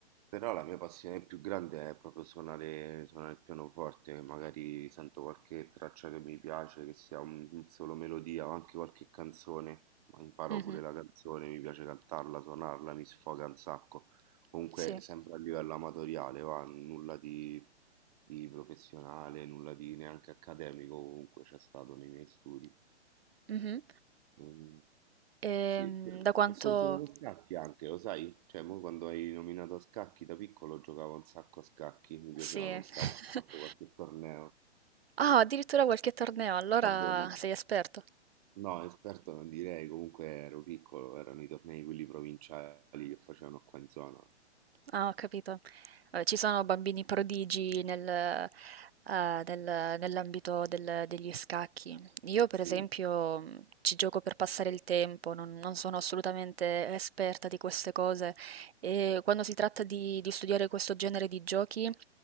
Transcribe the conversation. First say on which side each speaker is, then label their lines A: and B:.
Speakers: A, on the right; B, on the right.
A: Però la mia passione più grande è proprio suonare, suonare il pianoforte, magari sento qualche traccia che mi piace, che sia un, un solo melodia o anche qualche canzone, ma imparo
B: mh-mh,
A: pure la canzone, mi piace cantarla, suonarla, mi sfoga un sacco. Comunque
B: sì,
A: sempre a livello amatoriale, va, nulla di, di professionale, nulla di neanche accademico comunque c'è stato nei miei studi.
B: mh-mh.
A: Mm,
B: Ehm,
A: Sì,
B: da quanto
A: ho solo giocato a scacchi anche, lo sai? Cioè, mo quando hai nominato a scacchi da piccolo giocavo un sacco a scacchi, mi piacevano
B: sì.
A: un
B: <laughs>
A: sacco, ho fatto qualche torneo.
B: Ah, addirittura qualche torneo, allora
A: Vabbè, ma...
B: sei esperto.
A: No, esperto non direi, comunque ero piccolo, erano i tornei quelli provinciali che facevano qua in zona.
B: Ah, ho capito. Eh, ci sono bambini prodigi nel, eh, nel- nell'ambito del- degli scacchi. Io, per
A: Sì,
B: esempio, mh, ci gioco per passare il tempo, non, non sono assolutamente esperta di queste cose e quando si tratta di, di studiare questo genere di giochi,